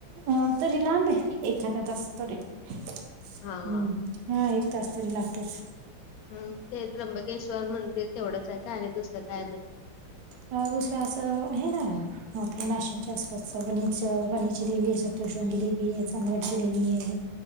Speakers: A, on the right; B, on the left.
A: अ तरी लांब आहे एखादा तास तरी हम्म
B: हा हा
A: हा एक तास तरी लागतोच
B: हम् ते त्र्यंबकेश्वर मंदिर तेवढंच आहे काय आणी दुसरं काय नाही
A: अ दुसरं असं आहे ना आपल्या नाशिकच्या आसपासच वणीच वणीची देवी आहे सतशृंगी देवी आहे चंदवडची देवी आहे